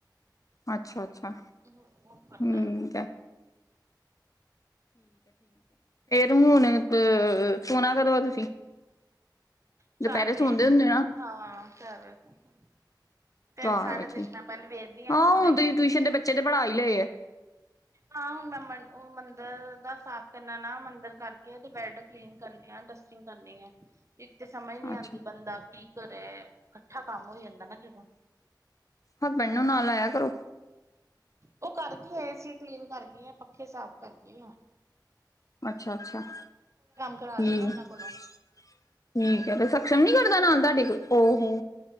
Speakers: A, on the left (about 45°); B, on the right (about 40°).
A: ਅੱਛ ਅੱਛਾ ਅੱਛਾ ਠੀਕ
B: ਉਹ ਕਰਨਾ।
A: ਐ ਹੁਣ ਅ ਸੋਣਾ ਕਦੋਂ ਆ ਤੁਸੀਂ
B: ਚਾਰ
A: ਦੁਪਹਿਰੇ
B: ਵਜੇ
A: ਸੌਦੇ ਹੁੰਦੇ ਨਾ
B: ਹਾਂ ਚਾਰ ਵਜੇ ਤਿੰਨ
A: ਚਾਰ
B: ਸਾਢੇ
A: ਵਜੇ
B: ਤਿੰਨ ਮੈਂ ਪਹਿਲੇ ਵੇਖਦੀ
A: ਹਾਂ
B: ਸੋਹਣਾ
A: ਹੁਣ
B: ਕਿਉਂਕਿ
A: ਤੇਸੀ ਟਿਊਸ਼ਨ ਦੇ ਬੱਚੇ ਤੇ ਪੜ੍ਹਾ ਹੀ ਲਏ ਆ
B: ਹਾਂ ਹੁਣ ਮੈਂ ਮੰ ਉਹ ਮੰਦਿਰ ਦਾ ਸਾਫ਼ ਕਰਨਾ ਨਾ ਮੰਦਿਰ ਕਰਕੇ ਉਹਦੇ ਬੈਡ ਕਲੀਨ ਕਰਨੇ ਆ ਡਸਟਿੰਗ ਕਰਨੀ ਹੈ ਇਕ ਤੇ ਸਮਝ ਨਹੀਂ
A: ਅੱਛਾ
B: ਆਂਦੀ ਬੰਦਾ ਕੀ ਕਰੇ ਇਕੱਠਾ ਕੰਮ ਹੋ ਜਾਂਦਾ ਨਾ ਜਦੋਂ
A: ਹਸਬੈਂਡ ਨੂੰ ਨਾਲ ਲਾਇਆ ਕਰੋ।
B: ਉਹ ਕਰ ਗਈਆਂ ਏਸੀ ਕਲੀਨ ਕਰ ਗਈਆ, ਪੱਖੇ ਸਾਫ਼ ਕਰ ਗਈਆ।
A: ਅੱਛਾ-ਅੱਛਾ ਠੀਕ
B: ਕਰਾ ਲਿਆ ਨਾ ਉਹਨਾਂ
A: ਹੈ ਠੀਕ
B: ਕੋਲੋਂ
A: ਹੈ, ਤੇ ਸਕਸ਼ਮ ਨੀ ਕਰਦਾ ਨਾਲ ਤੁਹਾਡੇ ਕੁਝ। ਹੋ ਹੂੰ